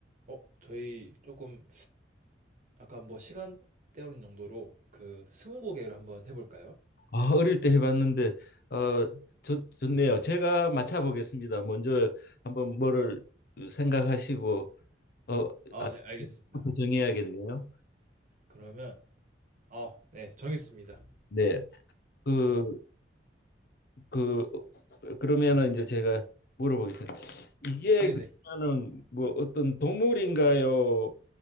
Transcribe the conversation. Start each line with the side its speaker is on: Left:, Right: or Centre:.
Right: 어, 저희 조금 약간 뭐 시간 때우는 용도로 그 스무고개를 한번 해볼까요?
Left: 아, 어릴 때 해봤는데 어, 좋, 좋네요. 제가 맞춰보겠습니다. 먼저 한번 뭐를 생각하시고 어,
Right: 아,
Left: 아,
Right: 네, 알겠습니다.
Left: 부터 정해야겠네요.
Right: 그러면 아, 네, 정했습니다.
Left: 네, 그,
Right: 네,
Left: 그 그러면은 이제 제가 물어보겠습니다. 이게
Right: 네, 네.
Left: 그러면은 뭐 어떤 동물인가요?